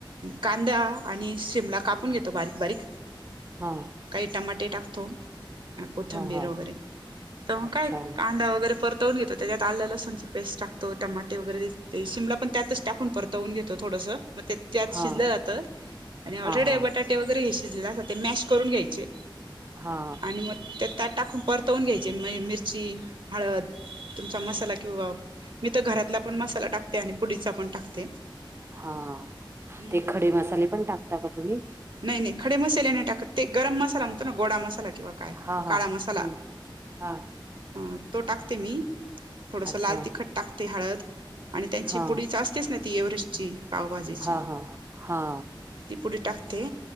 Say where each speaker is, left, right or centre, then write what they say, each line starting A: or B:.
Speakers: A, on the right (about 70°); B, on the right (about 30°).
A: कांदा आणि शिमला कापून घेतो बारीक बारीक.
B: हा
A: काही टमाटे टाकतो. कोथंबीर
B: हा हा
A: वगैरे, तर
B: अच्छा
A: काय कांदा वगैरे परत तवुन घेतो. त्याच्यात आलं लसुणची पेस्ट टाकतो. टमाटे वगैरे ते शिमला पण त्यातच टाकून परतो वून घेतो थोडसं मग ते त्यात
B: हा
A: शिजलं जातं. आणि ऑलरेडी
B: हा हा
A: बटाटे वगैरे हे शिजलेलं असत्या, ते मॅश करून घ्यायचे.
B: हा
A: आणि मग ते त्यात टाकून परतवून घ्यायचे म मिरची हळद तुमचा मसाला, किंवा मी तर घरातला पण मसाला टाकते, आणि पुडीचा पण टाकते.
B: हा.
A: हम्म
B: ते खडे मसाले पण टाकता का तुम्ही?
A: नाही, नाही खडे मसाले नाही टाकत. ते गरम मसाला म्हणतो ना, गोडा मसाला किंवा काय?
B: हा
A: काळा
B: हा
A: मसाला
B: हम्म हा
A: <inaudible> अ तो टाकते मी. थोडस
B: अच्छा
A: लाल तिखट टाकते. हळद आणि त्यांची
B: हा
A: पुंडी असतेचं नां ती एव्हरेस्टची पावभाजीची
B: हा हा हा
A: ती पुंडी टाकते ते